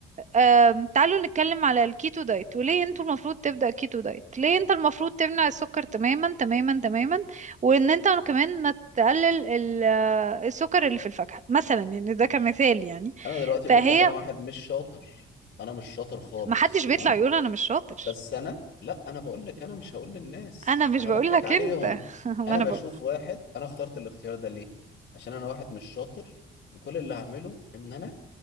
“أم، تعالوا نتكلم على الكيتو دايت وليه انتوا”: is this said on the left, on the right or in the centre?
Right